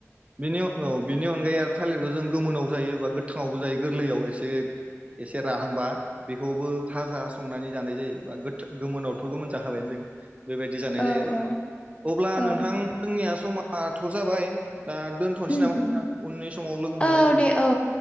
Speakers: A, on the right; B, on the left.
A: बिनि औ बिनि अनगायै आरो थालिरखौ जों गोमोनाव जायो बा गोथाङावबो जायो गोरलैयाव एसे एसे एसे राहांबा बेखौबो फाजा संनानै जानाय जायो बा गोमोनावथ' गोमोन जाखाबायानो जों बेबायदि जानाय
B: औ
A: जायो आरो
B: औ
A: अब्ला
B: औ
A: नोंथां जोंनिया माथ' जाबाय दा दोनथ'नोसै
B: उम
A: नामा
B: उम
A: नोंथां उननि समाव लोगो मोनलायसिगोन
B: औ दे औ